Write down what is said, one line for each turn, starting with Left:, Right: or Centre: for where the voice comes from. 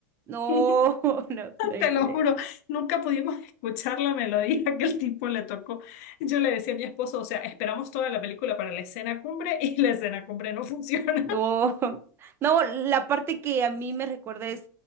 Right: No,
Left: <laughs>
Right: <laughs> no, no, hay
Left: Te lo
Right: que-
Left: juro, nunca pudimos <laughs> escuchar la melodía que el tipo le tocó. Yo le decía a mi esposo, o sea, esperamos toda la película para la escena cumbre <laughs> y la escena cumbre no <laughs> funciona.
Right: no, <laughs> no, la parte que a mí me recuerda es